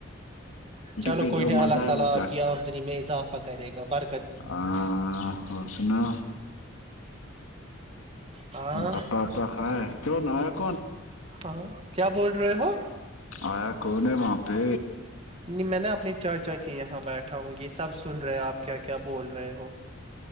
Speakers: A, on the right (about 30°); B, on the left (about 80°).
A: چلو
B: پہ
A: کوئٹہ
B: جو مزہ
A: اللہ
B: ہے
A: تعالی
B: وہ
A: اپ کی امدنی میں اضافہ کرے گا ج بار
B: آ سنا
A: ہاں
B: بتا وتاا کائے جو ن
A: ہاں کیا بول رہے ہو
B: آیا کون ہے وہاں پہ
A: نہیں میں نے اپنے چاچا کے یہاں بیٹھا ہوں یہ سب سن رہے ہیں آپ کیا کیا بول رہے ہو